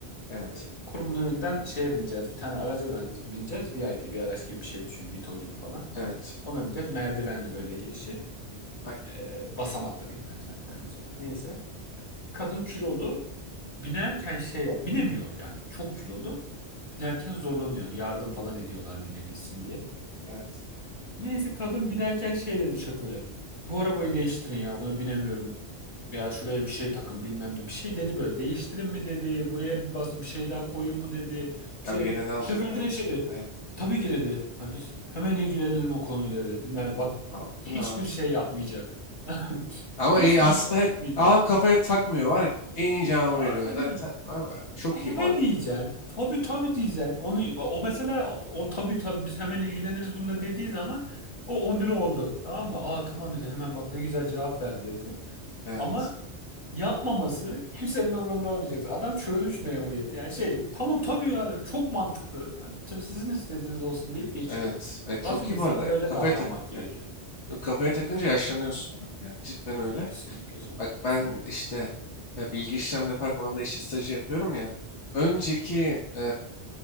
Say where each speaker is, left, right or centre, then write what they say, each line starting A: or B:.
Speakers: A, on the left; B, on the left.
A: Evet.
B: E, Kurumun önünden şeye bineceğiz. Bir tane araca ben, bineceğiz. VIP bir araç gibi bir şey düşün. Vito gibi falan.
A: Evet.
B: Ona bineceğiz. Merdivenli böyle girişi.
A: Aynen.
B: E, basamaklı diyeyim merdivenli denmez ona. Neyse. Kadın kilolu. Binerken şey yap. Binemiyor yani. Çok kilolu. Binerken zorlanıyor. Yani yardım falan ediyorlar binebilsin diye.
A: Evet.
B: Neyse kadın binerken şey dedi şoföre. Bu arabayı değiştirin ya buna binemiyorum. Ya şuraya bir şey takın bilmem ne. Bir şey dedi böyle değiştirin mi dedi. Buraya bir bas bir şey daha koyun mu dedi. Bir
A: Abi
B: şey.
A: yere ne alacaklar
B: Şoför direkt
A: bütün.
B: şey dedi.
A: Evet.
B: Tabii ki dedi. Ha, biz hemen ilgilenelim o konuyla dedi. Bilmem ne. bak
A: Abi,
B: hiçbir
A: bu ne abi?
B: şey yapmayacak. <laughs>
A: Ama
B: Hiçbir
A: iyi aslında
B: şey
A: evet.
B: yapmayacak.
A: Adam kafaya takmıyor var ya. En iyi cevabı
B: Aynen
A: veriyor. Zaten
B: öyle.
A: takmıyor abi. Çok
B: He
A: iyi bu
B: he
A: arada.
B: diyeceksin. Tabii tabii diyeceksin. Onu o mesela o, o tabii tabii biz hemen ilgileniriz bununla dediği zaman o onuru oldu. Tamam mı? Aa tamam dedi. Hemen bak ne güzel cevap ver dedi.
A: Evet.
B: Ama yapmaması kimsenin umurunda olmayacak. Adam çözmüş memuriyeti. Yani şey tamam tabii ya çok mantıklı. Hani, tabii sizin istediğiniz olsun deyip geçiyor.
A: Evet. Evet,
B: Bazen
A: çok iyi
B: insanlara
A: bu arada.
B: öyle
A: Kafaya
B: davranmak
A: tak.
B: gerekiyor.
A: Evet. Yok, Kafaya takınca yaşlanıyorsun abi yani. Cidden öyle.
B: Kesinlikle canım.
A: Bak
B: Kesinlikle.
A: ben işte e, bilgi işlem departmanında işte stajı yapıyorum ya. Önceki e,